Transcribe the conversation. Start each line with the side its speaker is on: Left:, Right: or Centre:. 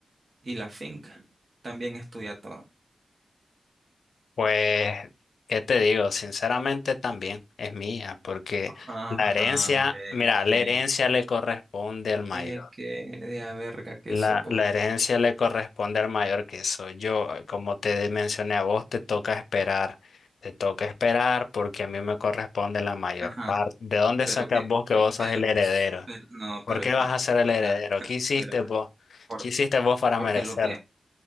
Right: ¿Y la finca? También es tuya toda.
Left: Pues, ¿qué te digo? Sinceramente también es mía, porque
Right: Ajá,
Left: la herencia,
Right: ve,
Left: mira,
Right: ve,
Left: la herencia le corresponde al mayor.
Right: ve que de a verga que
Left: La,
Right: sos vos.
Left: la herencia le corresponde al mayor que soy yo. Como te mencioné a vos, te toca esperar. Te toca esperar porque a mí me corresponde la mayor
Right: Ajá,
Left: parte. ¿De dónde
Right: pero
Left: sacas
Right: que,
Left: vos que
Right: pe-
Left: vos
Right: pero,
Left: sos el heredero?
Right: s- pero- no,
Left: ¿Por
Right: pero
Left: qué
Right: escucha,
Left: vas a ser el heredero?
Right: <laughs>
Left: ¿Qué hiciste
Right: pero,
Left: vos?
Right: por,
Left: ¿Qué hiciste vos para
Right: porque
Left: merecer?
Right: lo que,